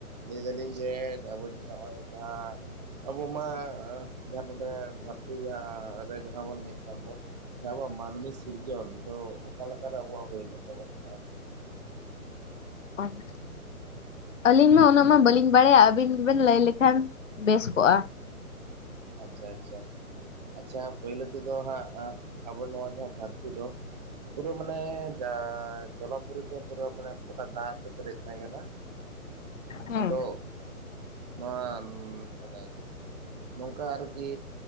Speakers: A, on the right (about 30°); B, on the left (about 55°).
A: ᱞᱟᱹᱭ ᱫᱟᱹᱞᱤᱧ ᱡᱮ ᱟᱵᱚ ᱡᱮ ᱱᱚᱜᱚᱭ ᱡᱟᱦᱟᱸ ᱟᱵᱚ ᱢᱟ ᱡᱟᱦᱟᱸ ᱱᱚᱰᱮ ᱫᱷᱟᱹᱨᱛᱤ ᱡᱟᱦᱟᱸ ᱨᱮ ᱡᱟᱦᱟᱸ ᱵᱚᱱ ᱦᱮᱡ ᱠᱟᱱ ᱫᱚ ᱡᱟᱦᱟ ᱟᱵᱚᱣᱟᱜ ᱢᱟᱹᱱᱢᱤ ᱥᱤᱨᱡᱚᱱ ᱫᱚ ᱚᱠᱟ ᱞᱮᱠᱟᱨᱮ ᱟᱵᱚᱣᱟᱜ ᱦᱩᱭ ᱞᱮᱱ ᱛᱟᱵᱚᱱ ᱛᱟᱦᱮᱸᱜ-ᱟ?
B: <unintelligible> ᱟᱹᱞᱤᱧ ᱢᱟ ᱩᱱᱟᱹᱜ ᱢᱟ ᱵᱟᱹᱞᱤᱧ ᱵᱟᱲᱟᱭᱟ ᱟᱹᱵᱤᱱ ᱜᱮᱵᱮᱱ ᱞᱟᱹᱭ ᱞᱮᱠᱷᱟᱱ ᱵᱮᱥ ᱠᱚᱜᱼᱟ
A: ᱟᱪᱪᱷᱟ ᱟᱪᱪᱷᱟ ᱟᱪᱪᱷᱟ ᱯᱟᱹᱭᱞᱟᱹ ᱛᱮᱫᱚ ᱫᱚ ᱦᱟᱸᱜ ᱟ ᱟᱵᱚ ᱱᱚᱣᱟ ᱡᱟᱸᱦᱟ ᱫᱷᱟᱹᱨᱛᱤ ᱫᱚ ᱯᱩᱨᱟᱹ ᱢᱟᱱᱮ ᱡᱟ ᱡᱚᱞᱟᱯᱩᱨᱤ ᱛᱮ ᱯᱩᱨᱟᱹ ᱢᱟᱱᱮ ᱜᱚᱴᱟ ᱫᱟᱜ ᱛᱮ ᱯᱮᱨᱮᱡ ᱛᱟᱦᱮᱸ ᱠᱟᱱᱟ
B: ᱦᱮᱸ
A: ᱟᱫᱚ ᱱᱚᱣᱟ ᱢᱟᱱᱮ ᱱᱚᱝᱠᱟ ᱟᱨᱠᱤ